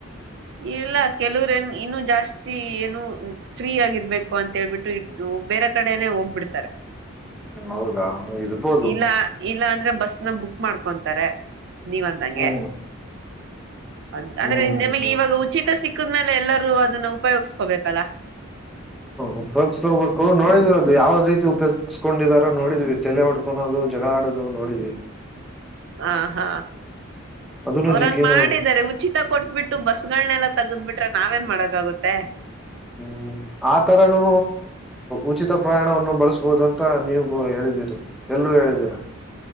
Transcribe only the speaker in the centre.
ಹೌದಾ ಇರ್ಬೋದು
ಹ್ಮ್
ಹ್ಮ್
ಹ್ಮ್
ಹ್ಮ್
ಉಪಯೋಗ್ಸೋಗ್ಬೇಕು ನೋದ್ವಿ ಅದು ಯಾವ್ ರೀತಿ ಉಪಯೋಗ್ಸ್ಕೊಂಡಿದಾರೋ ನೋಡಿದ್ವಿ ತಲೆ ಹೊಡ್ಕೋದು ಜಗಳ ಆಡೋದು ದು ನೋಡಿದೀವಿ
ಅದನ್ನು
ಜಿಗ್ಗಿನೇ
ಹ್ಮ್ ಆತರನೂ ಉಚಿತ ಪ್ರಯಾಣವನ್ನು ಬಳಸಬೋದ ಅಂತ ನೀವ ಹೇಳಿದೀರಿ ಎಲ್ರು ಹೇಳಿದೀರ